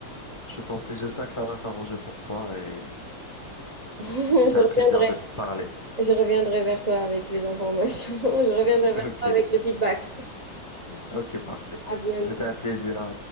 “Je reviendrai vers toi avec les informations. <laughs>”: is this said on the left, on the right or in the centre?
Right